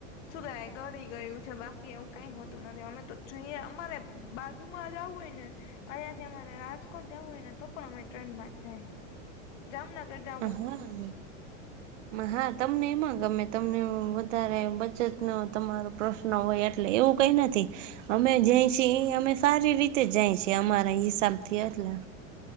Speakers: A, on the left; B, on the right.
A: શું ગાય ગણી ગયું છે બા. એવું કઈ હોતું નથી અમે તો જોઈ અમારે બાજુમાં જ આવું હોય ને અઈયા થી અમારે રાજકોટ જવું હોય ને તો પણ અમે ટ્રેનમાં જાય. જામનગર જ
B: હ હામે
A: <inaudible>
B: હા તમને એમાં ગમે તમને વધારે બચતનો તમારો પ્રશ્ ન હોય એટલે એવું કઈ નથી. અમે જાય છી ઈ અમે સારી રીતે જાય છી એ અમારા હિસાબ થી એટલે